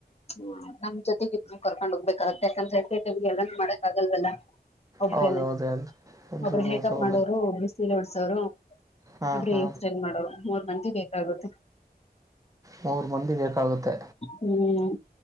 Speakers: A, on the left; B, on the right.
A: ಹು ನಮ್ಮ ಜೊತೆಗ ಇಬ್ರು ಕರ್ಕೊಂಡ್ ಹೋಗ್ಬೇಕಾಗತ್ತ ಯಕಂದ ಎಟ್ಟಟೈಮ್ಗೆ ಎಲ್ಲಾ ಮಾಡಕ್ ಆಗಲ್ವಲ್ಲಾ. ಒಬ್ರೇನ್ನ
B: ಹೌದು ಹೌದು ಎಲ್ ಎಲ್ರಿಗೂ
A: ಒಬ್ಬರು ಮೇಕಪ್
B: ಸೌಲಭ್ಯ
A: ಮಾಡೋರು ಒಬ್ಬರ್. ಸೀರೆ ವುಡ್ಸವರು
B: ಹಾಂ
A: ಒಬ್ಬರು
B: ಹಾಂ
A: ಹೇರಸ್ಟೈಲ್ ಮಾಡೋರು ಮೂರ್ ಮಂದಿ ಬೇಕಾಗುತ್ತೆ.
B: ಮೂರು ಮಂದಿ ಬೇಕಾಗುತ್ತೆ
A: ಹ್ಮ್